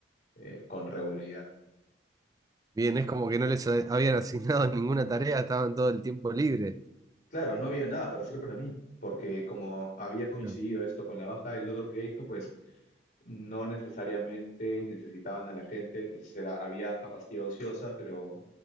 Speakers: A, on the left (about 55°); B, on the right (about 20°).
A: eh, con regularidad.
B: Bien, es como que no les a- habían asignado <laughs> ninguna tarea, estaban todo el tiempo libre.
A: Claro, no había nada para hacer para mí, porque como había coincidido
B: Claro.
A: esto con la baja del otro proyecto, pues no necesariamente necesitaban a la gente, entonces era, había capacidad ociosa, pero